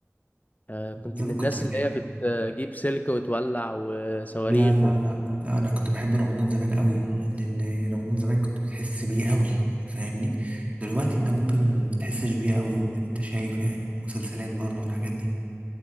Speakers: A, on the left; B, on the right.
A: آه كنت
B: زمان
A: من الناس
B: كنت بتحب
A: اللي هي بتجيب سلك وتولع وصواريخ
B: لا لا لا لا انا كنت بحب رمضان زمان قوي لان رمضان زمان كنت بتحس بيه قوي فاهمني دلوقتي انت ممكن متحسش بيه قوي انت شايف يعني مسلسلات برضه والحاجات دي